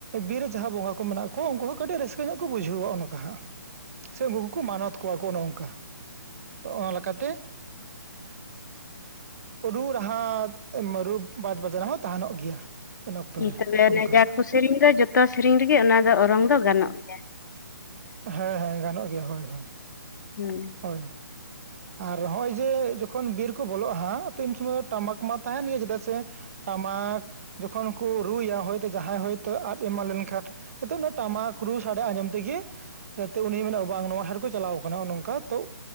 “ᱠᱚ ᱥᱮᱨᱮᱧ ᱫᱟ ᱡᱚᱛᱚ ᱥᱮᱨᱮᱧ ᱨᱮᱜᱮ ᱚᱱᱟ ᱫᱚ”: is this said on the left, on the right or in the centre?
Left